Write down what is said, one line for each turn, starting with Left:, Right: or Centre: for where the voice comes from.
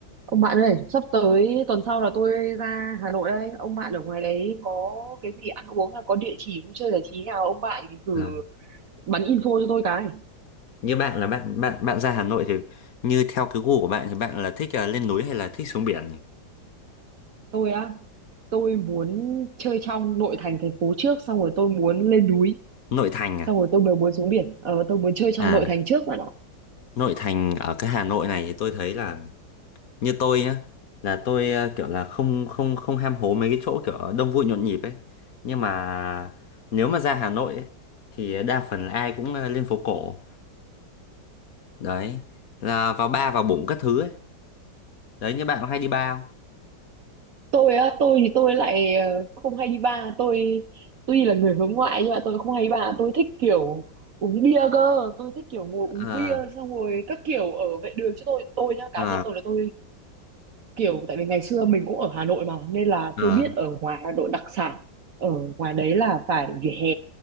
Right: Ông bạn ơi, sắp tới tuần sau là tôi ra Hà Nội đây. Ông bạn ở ngoài đấy có cái gì ăn uống hay có địa chỉ vui chơi giải trí nào ông bạn thử
Left: À,
Right: bắn info cho tôi cái.
Left: như bạn là bạn bạn bạn ra Hà Nội thì như theo cái gu của bạn thì bạn là thích à, lên núi hay là thích xuống biển nhỉ?
Right: Tôi á, tôi muốn chơi trong nội thành thành phố trước xong rồi tôi muốn lên núi,
Left: Nội thành à?
Right: xong rồi tôi mới muốn xuống biển. Ờ tôi muốn chơi trong
Left: À,
Right: nội thành trước bạn ạ.
Left: nội thành ở cái Hà Nội này thì tôi thấy là như tôi nhá, là tôi à, kiểu là không không không ham hố mấy cái chỗ kiểu đông vui nhộn nhịp ấy. Nhưng mà nếu mà ra Hà Nội ấy, thì đa phần là ai cũng à, lên phố cổ. Đấy, là vào bar vào bụng các thứ ấy. Đấy như bạn có hay đi bar không?
Right: tôi á tôi thì tôi lại ờ, không hay đi bar tôi tuy là người hướng ngoại nhưng mà tôi không hay đi bar tôi thích kiểu uống bia cơ tôi thích kiểu ngồi uống
Left: Ờ,
Right: bia xong rồi các kiểu ở vệ đường chứ tôi tôi nhá cá
Left: ờ,
Right: nhân tôi là tôi kiểu tại vì ngày xưa mình cũng ở Hà Nội mà nên là
Left: ờ,
Right: tôi biết ở ngoài Hà Nội đặc sản ở ngoài đấy là phải vỉa hè